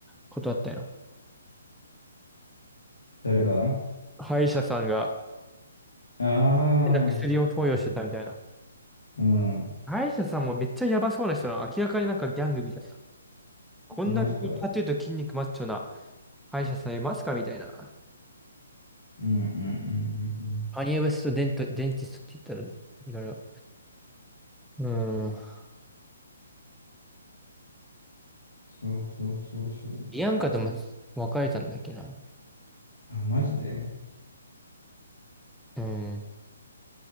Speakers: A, in the centre; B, on the left (about 85°).
A: ことあったよ。
B: 誰が
A: 歯医者さんが
B: ああ
A: 変な薬を投与してたみたいな。
B: ー、うん、
A: 歯医者さんもめっちゃやばそうな人は明らかになんかギャングみたいな。こんなにタトゥーと筋肉マッチョな
B: マジか。
A: 歯医者さんいますかみたいな。
B: うんうんうんうんうん。
A: カニエ・ウェスト・デント、デンティストって言ったら、いろいろ。うーん。
B: そうそうそうそう。
A: ビアンカとも別れたんだっけな。
B: あ、マジで。
A: うーん。